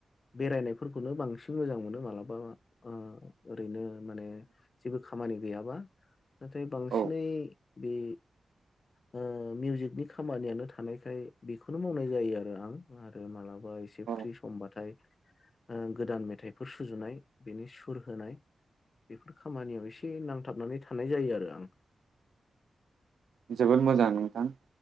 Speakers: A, on the left; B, on the right.
A: बेरायनायफोरखौनो बांसिन मोजां मोनो मालाबा ओ ओरैनो माने जेबो खामानि गैयाबा नाथाय बांसिनै
B: औ
A: बे ओ मिउजिकनि खामानियानो थानायखाय बेखौनो मावनाय जायो आरो आं आरो मालाबा एसे
B: औ
A: फ्रि समबाथाय ओ गोदान मेथाइफोर सुजुनाय बेनि सुर होनाय बेफोर खामानियाव एसे नांथाबनानै थानाय जायो आरो आं
B: जोबोर मोजां नोंथां